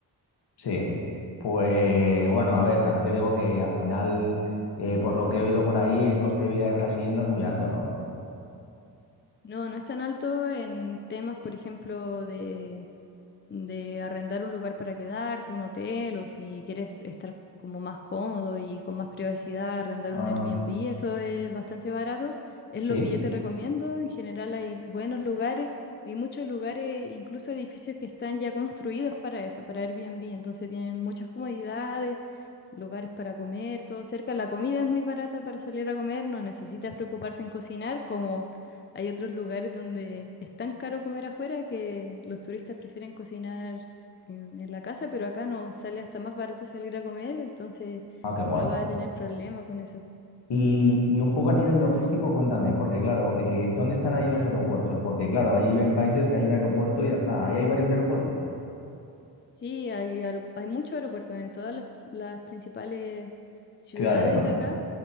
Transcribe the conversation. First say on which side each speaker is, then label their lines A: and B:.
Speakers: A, on the left (about 75°); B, on the left (about 30°).
A: Sí. Pues bueno, a ver, también te digo que al final, eh, por lo que he oído por ahí, el coste de vida de Brasil no es muy alto, ¿no?
B: No, no es tan alto en temas, por ejemplo, de, de arrendar un lugar para quedarte, un hotel, o si quieres estar como más cómodo y con más privacidad, arrendar
A: Ah,
B: un Airbnb, eso es bastante barato. Es lo
A: sí.
B: que yo te recomiendo. En general hay buenos lugares, hay muchos lugares, incluso edificios que están ya construidos para eso, para Airbnb. Entonces tienen muchas comodidades lugares para comer, todo cerca. La comida es muy barata para salir a comer, no necesitas preocuparte en cocinar, como hay otros lugares donde es tan caro comer afuera que los turistas prefieren cocinar en, en la casa, pero acá no sale hasta más barato salir a comer, entonces
A: Ah, qué guay.
B: no vas a tener problema con eso.
A: Y, y un poco a nivel logístico, cuéntame, porque claro, eh, ¿dónde están ahí los aeropuertos? Porque claro, ahí ven países que hay un aeropuerto y ya está. Ahí hay varios aeropuertos,
B: Sí, hay, aero- hay muchos aeropuertos en todas las, las principales ciudades
A: ciudades, ¿no?
B: de acá.